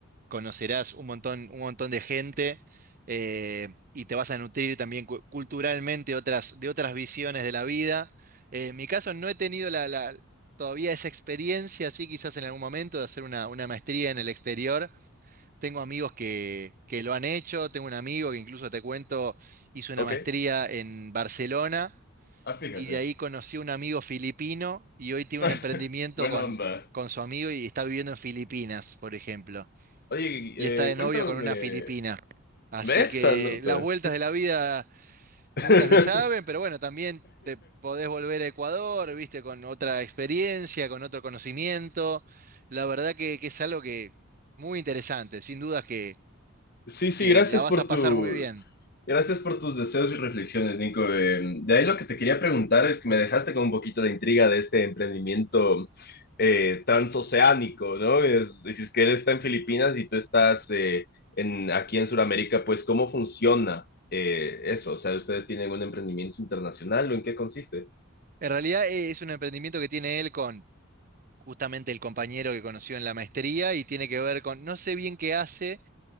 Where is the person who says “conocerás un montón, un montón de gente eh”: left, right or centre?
Right